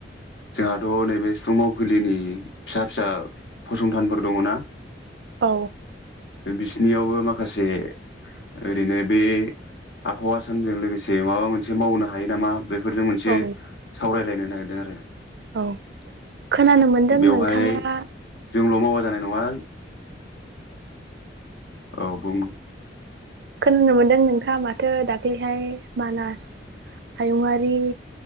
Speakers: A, on the left; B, on the right.
A: जोंहाथ' नैबे सिफुं मावखुलिनि फिसा फिसा फसंथानफोर दङ ना
B: औ
A: बिसिनियावबो माखासे ओरैनो बे आबहावा सानजों लोगोसे माबा मोनसे मावनो हायो नामा बे बफोरजों मोनसे
B: औ
A: सावरायलायनो नागिरदों आरो।
B: औ खोनानो मोनदों
A: बेवहाय
B: नोंथाङा
A: जोंल' मावा जानाय नङा औ बुंं
B: खोनानो मोनदों नोंथाङा माथो दाख्लैहाय मानास हायुआरि